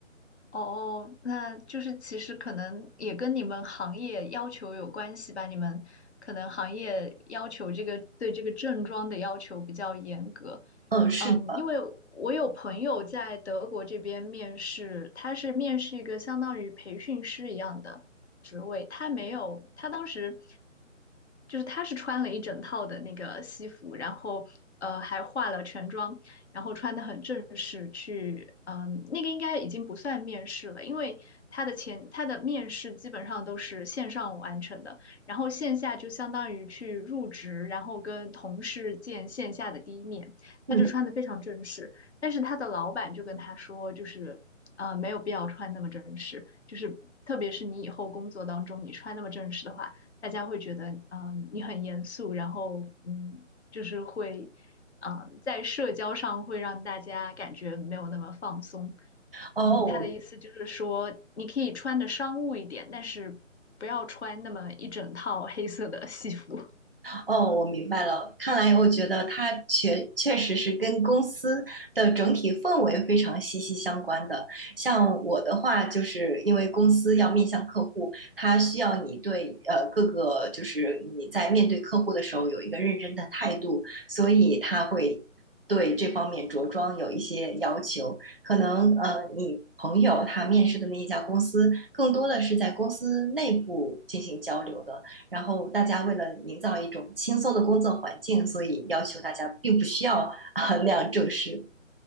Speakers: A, on the left (about 60°); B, on the right (about 45°).
A: 哦，哦那就是其实可能也跟你们行业要求有关系吧。你们可能行业要求这个对这个正装的要求比较严格。
B: 嗯，是的，
A: 嗯，因为我有朋友在德国这边面试，他是面试一个相当于培训师一样的职位，他没有，他当时就是他是穿了一整套的那个西服，然后呃还化了全妆，然后穿得很正式去，嗯，那个应该已经不算面试了，因为他的前他的面试基本上都是线上完成的，然后线下就相当于去入职，然后跟同事见线下的第一面，
B: 嗯，
A: 他就穿得非常正式，但是他的老板就跟他说，就是呃没有必要穿那么正式，就是特别是你以后工作当中你穿那么正式的话，大家会觉得嗯、呃你很严肃，然后嗯就是会。嗯，在社交上会让大家感觉没有那么放松。
B: 哦，
A: 嗯，他的意思就是说，
B: 我
A: 你可以穿的商务一点，但是不要穿那么一整套黑色的西服。
B: 哦，我明白了。看来我觉得它确确实是跟公司的整体氛围非常息息相关的。像我的话，就是因为公司要面向客户，它需要你对呃各个就是你在面对客户的时候有一个认真的态度，所以它会对这方面着装有一些要求。可能呃你。朋友他面试的那一家公司，更多的是在公司内部进行交流的，然后大家为了营造一种轻松的工作环境，所以要求大家并不需要啊、那样正式。